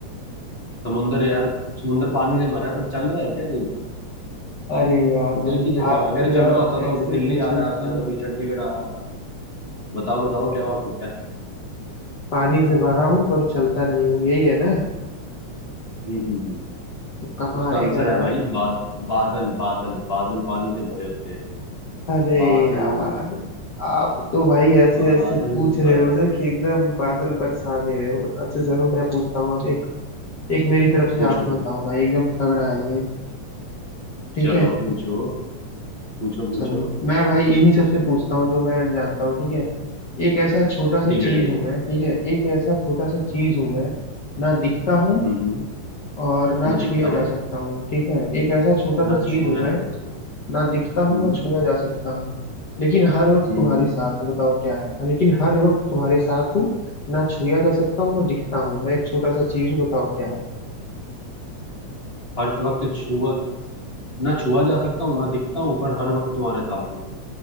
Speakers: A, on the left (about 35°); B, on the left (about 80°).
A: समुंदर यार समुंदर पानी से भरा है पर चल रहा है क्या कहीं
B: अरे यार
A: वो
B: भाई
A: तो एक ही जगह
B: आप
A: है। अगर
B: तो यार
A: चल रहा होता तो
B: ऐसे
A: अभी दिल्ली
B: पूछ
A: आ रहा
B: रहे
A: होता
B: हो
A: कभी चंडीगढ़ आ रहा होता बताओ बताओ क्या हो सकता है
B: पानी से भरा हूँ पर चलता नहीं हूँ यही है ना
A: हम्म हम्म हम्म।
B: तो कहाँ
A: उसका
B: आएगा
A: आंसर है
B: यार
A: भाई बाद बादल बादल बादल पानी से भरे होते हैं
B: अरे
A: बादल
B: यार आप तो भाई ऐसे
A: बादल
B: ऐसे पूछ रहे
A: बारिश
B: हो ना कि एकदम बादल बरसा दे रहे हो बट अच्छा चलो मैं पूछता हूँ अब एक एक मेरी तरफ से
A: पूछो
B: आप
A: पूछो
B: बताओ भाई एकदम तगड़ा है ये ठीक
A: चलो
B: है
A: पूछो पूछो
B: चलो
A: पूछो
B: मैं भाई इन्हीं सबसे पूछता हूँ जो मैं जानता हूँ ठीक है एक ऐसा छोटा
A: ठीक
B: सा चीज
A: है ठीक
B: हूँ
A: है बोलो
B: मैं ठीक है एक ऐसा छोटा सा चीज हूँ मैं ना दिखता हूँ
A: हम्म हम्म।
B: और ना
A: न
B: छुआ
A: दिखता हूँ
B: जा सकता हूँ ठीक है एक ऐसा छोटा
A: न
B: सा चीज
A: छुआ
B: हूँ मैं
A: जा सकता हूँ
B: ना दिखता हूँ
A: हम्म
B: ना छुआ जा सकता हूँ लेकिन हर वक्त
A: हम्म
B: तुम्हारे
A: हम्म।
B: साथ हूँ बताओ क्या है हाँ, लेकिन हर वक्त तुम्हारे साथ हूँ ना छुआ जा सकता हूँ ना दिखता हूँ मैं एक छोटा सा चीज हूँ बताओ क्या है
A: हर वक्त छुआ ना छुआ जा सकता हूँ ना दिखता हूँ पर हर वक्त तुम्हारे साथ हूँ